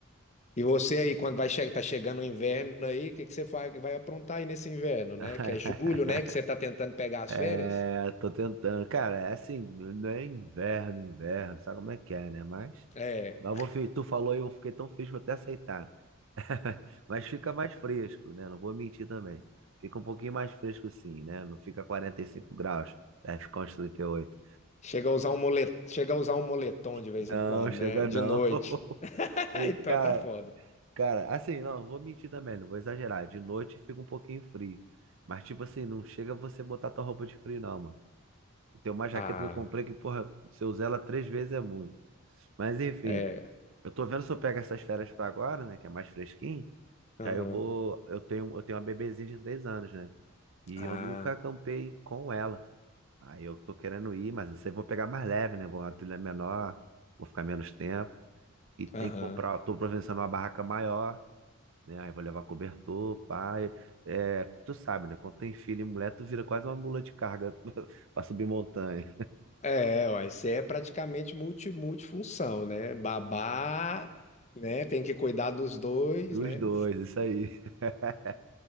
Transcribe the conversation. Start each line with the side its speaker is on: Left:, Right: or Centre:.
Left: E você aí, quando vai che tá chegando o inverno aí, o que que você faz, vai aprontar aí nesse inverno, né?
Right: <laughs>
Left: Que é julho, né? Que você tá tentando pegar as
Right: É,
Left: férias?
Right: tô tentando. Cara, é assim, não é inverno, inverno, sabe como é que é, né? Mas,
Left: É.
Right: mas eu vou, fi- tu falou e eu fiquei tão feliz que vou até aceitar. <laughs> Mas fica mais fresco, né? Não vou mentir também. Fica um pouquinho mais fresco sim, né? Não fica 45 graus, deve ficar uns 38.
Left: Chega a usar um moletom, chega a usar um moletom de vez
Right: Não,
Left: em quando,
Right: chega
Left: né? De
Right: não.
Left: noite.
Right: <laughs>
Left: <laughs>
Right: E,
Left: Então
Right: cara,
Left: tá foda.
Right: cara, assim, não, não vou mentir também, não vou exagerar. De noite fica um pouquinho frio. Mas, tipo assim, não chega você botar tua roupa de frio, não, Tem uma jaqueta
Left: Ah,
Right: que eu comprei que, porra, se eu usar ela três vezes é muito. Mas enfim,
Left: é.
Right: eu tô vendo se eu pego essas férias pra agora, né? Que é mais fresquinho.
Left: Aham.
Right: Que aí eu vou. Eu tenho, eu tenho uma bebezinha de três anos, né? E
Left: Ah,
Right: eu nunca acampei com ela. Aí eu tô querendo ir, mas isso aí eu vou pegar mais leve, né? Vou uma trilha menor, vou ficar menos tempo. E tem
Left: aham.
Right: que comprar. Tô providenciando uma barraca maior, né? Aí vou levar cobertor, pai. É, tu sabe, né? Quando tem filho e mulher, tu vira quase uma mula de carga <laughs> pra subir montanha.
Left: É, uai, você é praticamente multi, multifunção, né? Babá, né? Tem que cuidar dos dois,
Right: Dos
Left: né?
Right: dois, isso aí. <laughs>